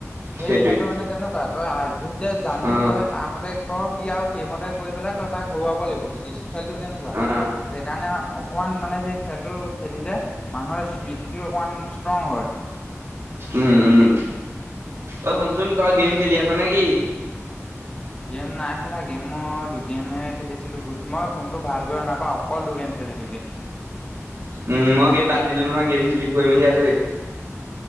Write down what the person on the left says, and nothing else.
সেই
খেলটো মানে তেনেকুৱা তই আগ ধুৰিতে জানি
তই তাৰ মতে ক কি আৰু সেইমতে কৰি পেলাই ততাক ঘৰুৱাব লাগিব চুইচ খেলতটো তেনেকুৱা
সেইকাৰণে অকমান মানে সেই খেলটো, খেলিলে মানুহৰ স্মৃতিটো অকমান ষ্ট্ৰং হয়।
গেম নাই খেলা গেম মই দুগেমে খেলিছিলোঁগোটেই মই ফোনটো ভাল কৰি নাপাওঁ অকল দুগেম খেলিছোঁ গেম। <inaudible>